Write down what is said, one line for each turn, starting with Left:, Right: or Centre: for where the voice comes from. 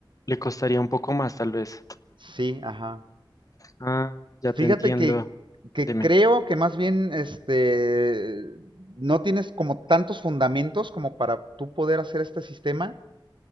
Left: Le costaría un poco más, tal vez.
Right: Sí, ajá.
Left: Ah, ya te
Right: Fíjate
Left: entiendo.
Right: que, que
Left: Deme.
Right: creo que más bien este no tienes como tantos fundamentos como para tú poder hacer este sistema.